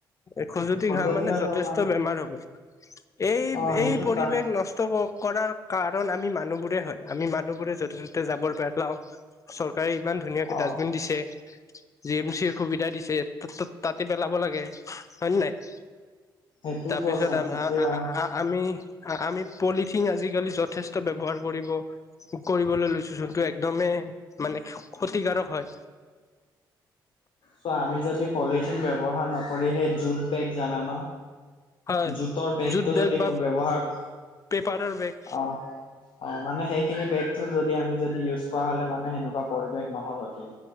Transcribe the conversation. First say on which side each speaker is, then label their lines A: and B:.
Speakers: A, on the left (about 30°); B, on the left (about 45°).
A: এই খজুৱতি
B: খজতি
A: ঘাঁহ মানে
B: হৈ
A: যথেষ্ট
B: যাব মানে
A: বেমাৰ হ'ব', এই
B: অ
A: -
B: সেইটো
A: এই পৰিৱেশ
B: তা
A: নষ্ট ক', - কৰাৰ', কাৰণ আমি মানুহবোৰে হয়, আমি মানুহবোৰে য'তে ত'তে যাব পেলাওঁ', চৰকাৰে ইমান ধুনীয়াকে
B: অ
A: ডাষ্টবিন দিছে', জি এম চিৰ সুবিধা দিছে, তা', -তা', - তাতে পেলাব লাগে, হয় নে নাই',
B: সেইটোও
A: তাৰপিছত
B: কৈছ
A: আমি',
B: ঠিকেই
A: - আ', - আ',
B: অ
A: - আ', - আ', আমি, আ', - আমি পলিথিন আজিকালি যথেষ্ট ব্যৱহাৰ কৰিব', কৰিবলৈ লৈছোঁ যোনটো একদমেই মানে ক্ষ', -ক্ষতিকাৰক হয়',
B: চোৱা আমি যদি পলিথিন ব্যৱহাৰ নকৰি, সেই জুট বেগ জানা ন?
A: হয়
B: জুটৰ বেগটো
A: জুট বেগ
B: যদি
A: বা
B: ব্যৱহাৰ',
A: পেপাৰৰ বেগ',
B: অহ', অ', মানে সেইখিনি বেগটো যদি আমি যদি ইউজ কৰা হ'লে মানে সেনেকুৱা পৰিৱেশ নহ'ল হতিন',